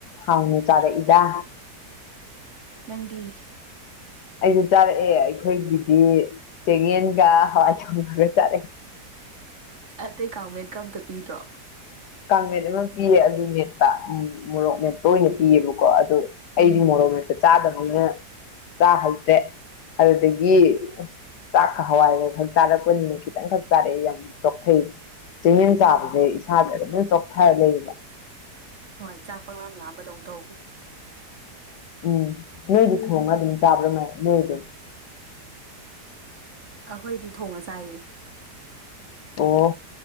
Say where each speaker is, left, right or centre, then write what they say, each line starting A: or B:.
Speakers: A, on the left (about 75°); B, on the right (about 45°).
A: ꯍꯥꯎꯅ ꯆꯥꯔꯦ ꯏꯗ
B: ꯅꯪꯒꯤ
A: ꯑꯩꯁꯨ ꯆꯥꯔꯛꯑꯦ ꯑꯩꯈꯣꯏꯒꯤꯗꯤ ꯆꯦꯡꯌꯦꯦꯟꯒ ꯍꯋꯥꯏ ꯊꯣꯡꯒꯒ ꯆꯥꯔꯛꯑꯦ
B: ꯑꯇꯩ ꯀꯥꯡꯃꯠꯀꯝꯇ ꯄꯤꯗ꯭ꯔꯣ
A: ꯀꯥꯡ ꯃꯦꯠ ꯑꯃ ꯄꯤꯌꯦ ꯑꯗꯨ ꯃꯦꯠꯄ ꯃꯣꯔꯣꯛ ꯃꯦꯠꯠꯇ ꯑꯣꯏꯅ ꯄꯤꯌꯦꯕꯀꯣ ꯑꯗꯨꯣ ꯑꯩꯗꯤ
B: ꯎꯝ
A: ꯃꯣꯔꯣꯛ ꯍꯦꯛꯇ ꯆꯥꯗꯕꯅꯤꯅ ꯆꯥ ꯍꯩꯇ꯭ꯔꯦ ꯑꯗꯨꯗꯒꯤ ꯆꯥꯛꯀ ꯍꯋꯥꯏꯒ ꯈꯛ ꯆꯥꯔꯛꯄꯅꯤꯅ ꯈꯤꯇꯪ ꯈꯛ ꯆꯥꯔꯛꯑꯦ ꯌꯥꯝ ꯆꯣꯛꯊꯩ ꯆꯤꯡꯌꯦꯦꯟ ꯆꯥꯕꯁꯦ ꯏꯁꯥꯁꯦ ꯑꯗꯨꯝꯝ ꯆꯣꯛꯊꯔ ꯂꯩꯌꯦꯕ
B: ꯍꯣꯏ ꯆꯥꯛ ꯄ ꯉꯥꯝ ꯂꯥꯝꯕꯗꯧꯅ ꯇꯧꯕꯅꯤ
A: ꯎꯝ ꯅꯣꯏꯗꯤ ꯊꯣꯡꯉ ꯑꯗꯨꯝ ꯆꯥꯕ꯭ꯔꯥ ꯅꯣꯏꯗꯣ
B: ꯑꯩꯈꯣꯏꯗꯤ ꯊꯣꯡꯉ ꯆꯥꯏꯌꯦ
A: ꯑꯣ